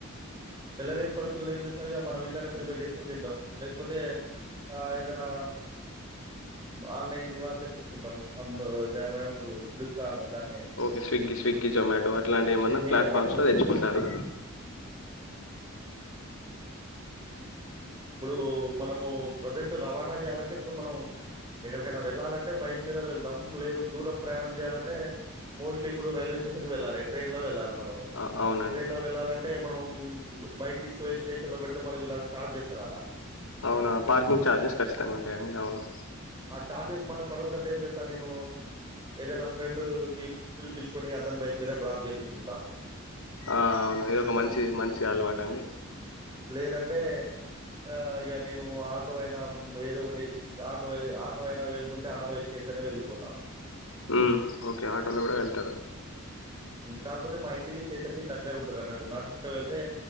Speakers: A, on the right; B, on the left.
A: వెళ్ళలేని పరిస్థితులు ఏం చేస్తా మనం ఇట్లనే ప్రిపేర్ చేసుకొని తింటాం లేకపోతే ఆ ఏదై ఆన్లైన్ లా తెప్పించుకుంటాంమ్మ ఫ్లిప్కార్ట్ దాన్ని
B: ఓకే స్విగ్గీ స్విగ్గి జొమాటో అట్లాంటివి ఏమన్నా
A: స్విగ్గీ,
B: ప్లాట్ఫామ్స్
A: జొమాటోలో తెప్పించుకుంటాం.
B: లో తెచ్చుకుంటారు
A: ఇప్పుడు మనము ప్రజెంట్ రవాణా చేయాలంటే ఇప్పుడు మనం ఎక్కడికైనా వెళ్ళాలంటే బయట మీద వెళ్తాం లేదు దూరం ప్రయాణం చేయాలంటే మోస్ట్లీ ఇప్పుడు రైల్వే స్టేషన్కి వెళ్ళాలి ట్రైన్ లో వెళ్ళాలి మన
B: ఆ, అవునండి
A: ట్రై లో వెళ్ళాలంటే మనం బైక్ తీసుకువి స్టేషన్ లో పె మరి చార్జెస్ సలాదా
B: అవునా పార్కింగ్ చఛార్జెస్ ఖచ్చితంగా ఉంటాయిండి అవునా
A: ఆ చార్జెస్ మాకు పడొద్దంటే ఏం చేస్తాను నేను ఏదైనా ఫ్రెండ్ కి పిలిపించుకొని అతని బైక్ మీద డ్రాప్ చేపించుకుంటా.
B: ఆ అవును ఇది ఒక మంచి మంచి అలవాటు అండి
A: లేదంటే ఆ ఇక నేను ఆటో అయినా ఏదో ఒకటి ఆటో ఆటో అయినా వెళ్తుంటే ఆటో ఎక్కేసనే వెళ్ళిపోతాను
B: ఉమ్ ఓకే ఆటోలో కూడా వెళ్తారు
A: కాకపోతే మా ఇంటికి స్టేషన్ కి దగ్గర ఉంటది అన్నట్టు నడుచుకుంటూ వెళ్తే